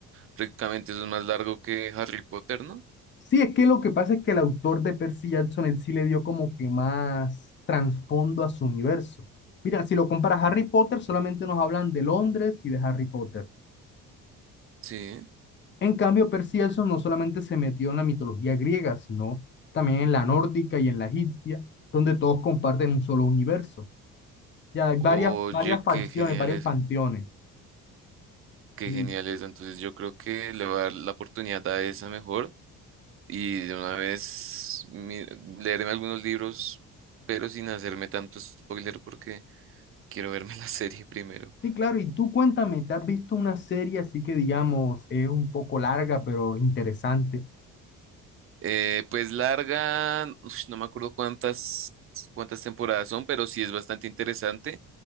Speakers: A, on the right; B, on the left.
A: prácticamente eso es más largo que Harry Potter, ¿no?
B: Sí, es que lo que pasa es que el autor de Percy Jackson, él sí le dio como que más trasfondo a su universo. Mira, si lo comparas a Harry Potter, solamente nos hablan de Londres y de Harry Potter.
A: Sí.
B: En cambio, Percy Jackson no solamente se metió en la mitología griega, sino también en la nórdica y en la egipcia, donde todos comparten un solo universo. Ya hay
A: Oye,
B: varias, varias facciones,
A: qué genial
B: varios
A: eso.
B: panteones.
A: Qué
B: Li-
A: genial eso. Entonces yo creo que le voy a dar la oportunidad a esa mejor. Y de una vez mi- leerme algunos libros, pero sin hacerme tanto spoiler porque... Quiero verme la <laughs> serie primero.
B: Sí, claro, y tú cuéntame, ¿te has visto una serie así que digamos es un poco larga, pero interesante?
A: Eh, pues larga, ush, no me acuerdo cuántas, cuántas temporadas son, pero sí es bastante interesante.